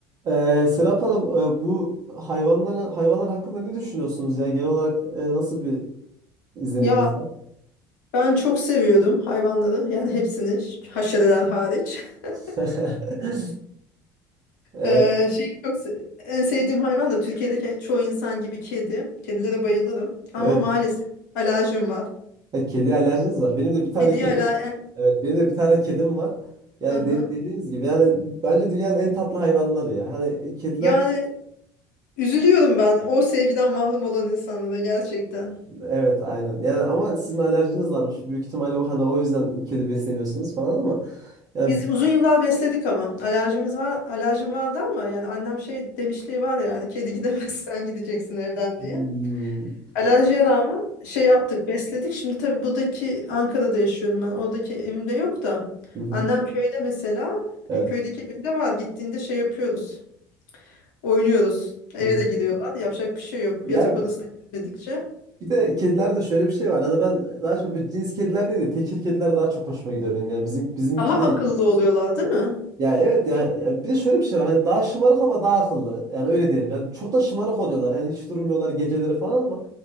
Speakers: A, on the right; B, on the left.
A: Ee, Serap Hanım, e, bu hayvanlara hayvanlar hakkında ne düşünüyorsunuz? Yani genel olarak e, nasıl bir izleniminiz
B: Ya
A: var?
B: ben çok seviyordum hayvanları. Yani hepsini ş- haşereler hariç. <laughs>
A: <laughs> Evet,
B: Ee, şeyi çok se- en sevdiğim hayvan da Türkiye'deki çoğu insan gibi kedi. Kedilere bayılırım. Ama
A: evet.
B: maalesef alerjim var.
A: Ha, Kedi alerjiniz var. Benim de bir tane
B: Kediye
A: kedi,
B: ala e-
A: evet, benim de bir tane kedim var. Yani
B: Hı hı.
A: de- dediğiniz gibi, yani bence dünyanın en tatlı hayvanları ya. Hani e, kediler,
B: Yani üzülüyorum ben o sevgiden mahrum olan insanlara gerçekten.
A: evet, aynen. Yani ama sizin alerjiniz varmış. Büyük ihtimalle o hani o yüzden kedi beslemiyorsunuz falan ama yani
B: Biz uzun yıllar besledik ama alerjimiz var, alerjim vardı ama yani annem şey demişliği var ya hani kedi gidemez <laughs> sen gideceksin evden
A: Hmm.
B: diye. Alerjiye rağmen şey yaptık, besledik. Şimdi tabii buradaki Ankara'da yaşıyorum ben. Oradaki evimde yok da.
A: Hı hı.
B: Annem köyde mesela.
A: Evet.
B: e, Köydeki evinde var. Gittiğinde şey yapıyoruz. Oynuyoruz. Eve
A: Hı.
B: de gidiyorlar. Yapacak bir şey yok.
A: Ya
B: Yatak odasına gitmedikçe.
A: Bir de kedilerde şöyle bir şey var. Hani ben daha çok bu cins kediler değil de tekir kediler daha çok hoşuma gidiyor benim. Yani bizim bizimki
B: Daha akıllı
A: de
B: oluyorlar, değil mi?
A: ya evet ya, ya bir de şöyle bir şey var. Hani daha şımarık ama daha akıllı. Yani öyle diyelim. Yani çok da şımarık oluyorlar. Hani hiç durmuyorlar geceleri falan ama